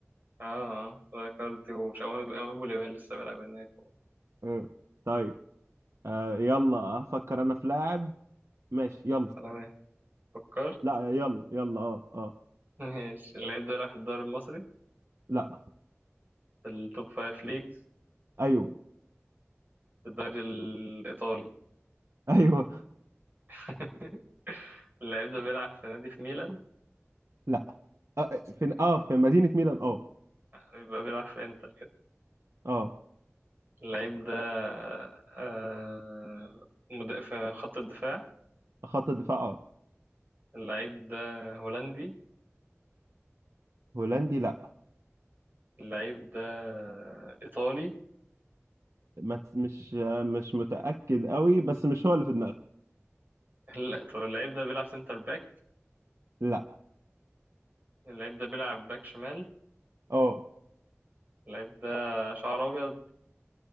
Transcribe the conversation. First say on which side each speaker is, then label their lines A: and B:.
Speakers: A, on the right (about 45°); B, on the right (about 75°).
A: اه كاردي ومش عارف ابو ليبال لسه بيلعب هناك و...
B: اه. طيب آه، يلا هفكر انا في لاعب ماشي
A: آه،
B: يلا
A: على ما فكرت
B: لا يلا يلا اه اه
A: <laughs> ماشي اللعيب ده لعب في الدوري المصري
B: لا
A: في التوب فايف ليجز
B: ايوه
A: في الدوري الايطالي
B: <laughs> ايوه
A: <laughs> اللعيب ده بيلعب في نادي في ميلان
B: لا اه في اه في مدينة ميلان اه
A: يبقى بيلعب في انتر كده
B: اه
A: اللعيب ده آه مد... في خط الدفاع
B: خط الدفاع اه
A: اللعيب ده هولندي
B: هولندي لا
A: اللعيب ده إيطالي
B: ما تس- مش آه، مش متأكد قوي بس مش هو اللي في دماغي
A: لا، طب اللعيب ده بيلعب سنتر باك
B: لا
A: اللعيب ده بيلعب باك شمال
B: اه
A: اللعيب ده شعر ابيض